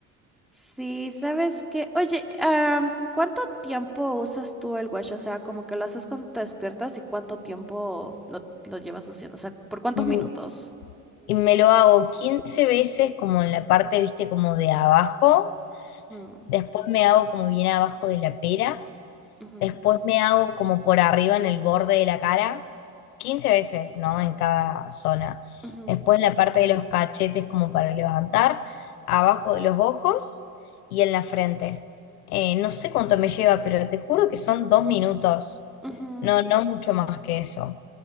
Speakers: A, in the centre; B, on the left (about 80°).
A: Sí, sabes que, oye, am, ¿cuánto tiempo usas tú el watch? O sea, como que lo haces cuando te despiertas y cuánto tiempo lo, lo llevas haciendo. O sea, ¿por cuántos
B: Mm,
A: minutos?
B: Y me lo hago 15 veces como en la parte, viste, como de abajo
A: Ujú,
B: después me hago como bien abajo de la pera,
A: ujú,
B: después me hago como por arriba en el borde de la cara, 15 veces, ¿no? En cada zona.
A: ujú,
B: Después en la parte de los cachetes como para levantar, abajo de los ojos y en la frente. Eh, no sé cuánto me lleva, pero te juro que son dos minutos,
A: ujú.
B: no, no mucho más que eso.